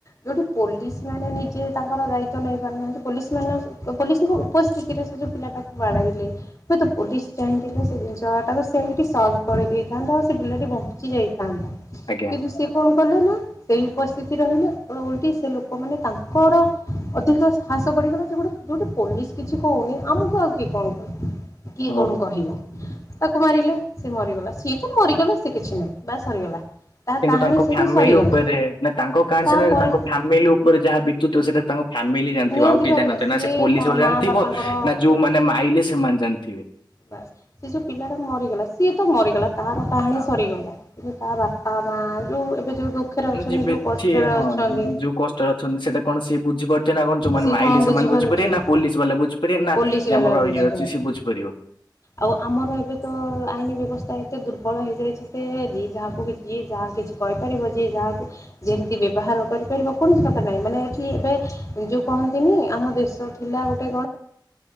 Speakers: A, on the left; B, on the left.
A: ଯଉଠି ପୋଲିସ୍‌ ମାନେ ନିଜେ ତାଙ୍କର ଦାୟିତ୍ୱ ନେଇ ପୋଲିସ୍‌ ଙ୍କ ଉପସ୍ଥିତିରେ ସେ ଯଉ ପିଲା ଟାକୁ ବାଡ଼ାଇଲେ। ହୁଏତ ପୋଲିସ ଚାହିଁଥିଲେ। ସେ ଜିନ୍‌ଷ ଟାକୁ ସେଇଠି ସଲ୍ କରିଦେଇଥାନ୍ତା, ଆଉ ସେ ପିଲାଟି ବଞ୍ଚି ଯାଇଥାନ୍ତା।
B: ଆଜ୍ଞା
A: <inaudible> ସେଇ ଉପସ୍ଥିତି ରହିଲେ ଓଲ୍ଟି ସେ ଲୋକମାନେ ତାଙ୍କର ଅଧିକ ବଡ଼ିଗଲା, ଯେ ଗୋଟେ ପୋଲିସ୍‌ କିଛି କହୁନି। ଆମକୁ ଆଉ କିଏ କ'ଣ କ କିଏ
B: ଓହୋ
A: କ'ଣ କହିବ। ତା'କୁ ମାରିଲେ। ସେ ମରିଗଲା ସିଏ ତ ମରିଗଲା ସେ କିଛି ନାହିଁ ବା ସରିଗଲା। ତା
B: କିନ୍ତୁ,
A: କାହାଣୀ
B: ତାଙ୍କ
A: ସେଠି
B: ଫ୍ୟାମିଲି
A: ସରିଗଲା
B: ଉପେରେ ନା ତାଙ୍କ
A: ତାପରେ
B: ତାଙ୍କ ଫ୍ୟାମିଲି ଉପରେ ଯାହା ବିତୁଥିବ। ସେ--ଟା ତାଙ୍କ ଫ୍ୟାମିଲି ଜାଣ୍ ଥିବ,
A: ନିହାତି
B: ଆଉ କେହି
A: ଭାବରେ
B: ଜାଣିନଥିବେ।
A: ସିଏ
B: ନା ସେ ପୋଲିସ୍‌
A: ତା
B: ବାଲା
A: ମା
B: ଜାଣ୍ ଥିବ
A: ବାପାଙ୍କର
B: ନା, ଯଉମାନେ ମାଇଲେ ସେମାନେ ଜାଣ୍ ଥିବେ।
A: ବାସ୍‌, ସେ ଯଉ ପିଲା ଟା ମରିଗଲା, ସିଏ ତ ମରିଗଲା ତା'ର କାହାଣୀ
B: ହଁ
A: ସରିଗଲା। କିନ୍ତୁ ତା ବାପା-ମା ଯଉ ଏବେ ଯଉ ଦୁଃଖରେ ଅଛନ୍ତି,
B: ଯିବେ
A: ଯଉ କଷ୍ଟରେ
B: ସିଏ ହଁ
A: ଅଛନ୍ତି।
B: ଯୋଉ କଷ୍ଟରେ ଅଛନ୍ତି, ସେଇଟା କ'ଣ ସିଏ ଯଉମାନେ
A: ସିଏ
B: ମାଇଲେ,
A: କଣ
B: ସେମାନେ
A: ବୁଝିପାରୁଥିବେ
B: ବୁଝିପାରିବେ ନା, ପୋଲିସ୍‌ ବା ଲା ବୁଝିପାରିବେ, ନା
A: ପୋଲିସ ବାଲା
B: ଆମର
A: ବୁଝିପାରିବେ।
B: ଇଏ ଅଛିି ବୁଝିପାରିବ?
A: ଆଉ ଆମର ଏବେ ତ ଆଇନ ବେବସ୍ଥା, ଏତେ ଦୁର୍ବଳ ହେଇଯାଇଚି ଯେ। ଯିଏ ଯାହା ଯିଏ ଯାହା କିଛି କହିପାରିବ, ଯିଏ ଯାହାକୁ ଯେମ୍ତି ବ୍ୟବହାର କରିପାରିବ, କୌଣସି ପ୍ରକାର ନାହିଁ। ମାନେ ଏଠି ଯଉ କହନ୍ତିନି, ଆମ ଦେଶ ଥିଲା ଗୋଟେ